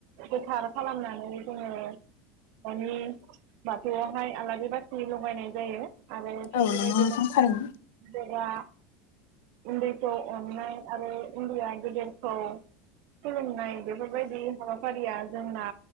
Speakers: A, on the right; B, on the left.
A: गोथार खालामनानै जोङो न'नि बाथौआवहाय आलारि बाथि लगायनाय जायो आरो थिग
B: औ नंगौ
A: बेबायदिनो
B: नोंथां थारैनो
A: जेब्ला उन्दै खौ अननाय आरो गोदेरखौ खुलुमनाय बेफोरबायदि हाबाफारिया जोंना